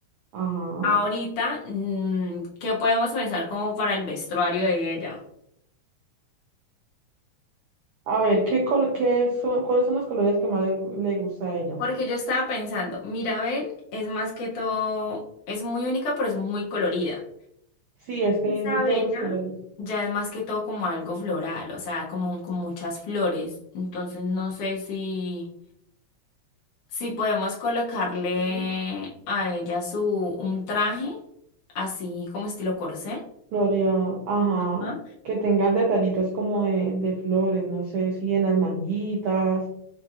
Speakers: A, on the right; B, on the left.
A: Ajá.
B: Ahorita, mm, ¿qué podemos pensar como para el vestuario de ella?
A: A ver, ¿qué col qué son, cuáles son los colores que más le, le gusta a ella?
B: Porque yo estaba pensando, Mirabel es más que todo, es muy única, pero es muy colorida.
A: Sí, es que
B: Isabela
A: de todos los colores.
B: ya es más que todo como algo floral, o sea, como con muchas flores. Entonces no sé si... Si podemos colocarle
A: Sí.
B: a ella su un traje, así como estilo corsé.
A: Gloria, ajá.
B: ¿Ah?
A: Que tengan detallitos como de, de flores, no sé, si en las manguitas,